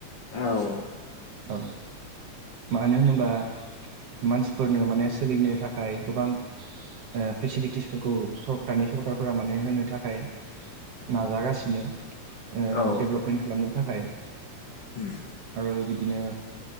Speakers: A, on the left; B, on the right.
A: औ।
B: औ मानो होनोबा मानसिफोरनो माने सोलिनो थाखाय गोबां ओ फेसिलिटिसफोरखौ दानि सरखारफोरा माने होनो थाखाय नाजागासिनो ओ
A: औ
B: डेब्लबपमेन्ट खालामनो थाखाय
A: उम
B: आरो बिदिनो